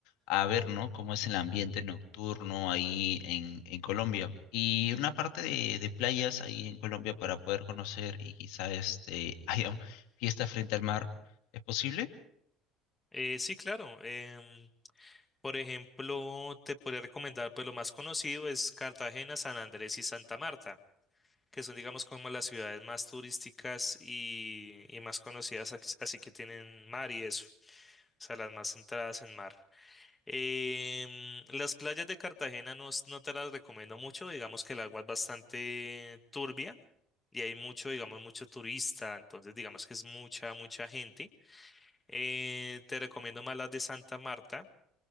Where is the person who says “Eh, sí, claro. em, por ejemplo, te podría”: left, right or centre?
Left